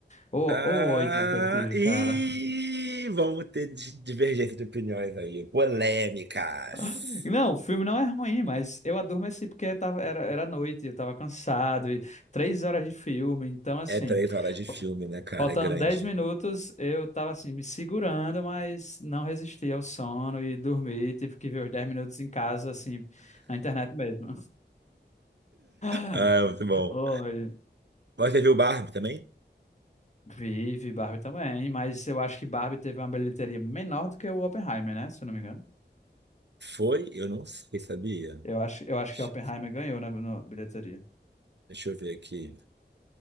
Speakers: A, on the left (about 40°); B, on the right (about 70°).
A: O,
B: Ah,
A: o ódio que eu tive,
B: e
A: cara.
B: vamos ter di- divergência de opiniões aí. Polêmicas.
A: <laughs> Não, o filme não é ruim, mas eu adormeci porque tava, era, era noite, eu tava cansado, e três horas de filme, então, assim,
B: É três horas de filme,
A: fa-
B: né, cara?
A: faltando
B: É grande.
A: 10 minutos, eu tava, assim, me segurando, mas não resisti ao sono e dormi, tive que ver os 10 minutos em casa, assim, na internet mesmo. <laughs>
B: Ah, é muito bom.
A: Olha,
B: Você viu Barbie também?
A: vive Barbie também, mas eu acho que Barbie teve uma bilheteria menor do que o Oppenheimer, né? Se eu não me engano.
B: Foi? Eu não sei, sabia?
A: Eu acho, eu acho
B: Deixa
A: que Oppenheimer ganhou na, na bilheteria.
B: deixa eu ver aqui.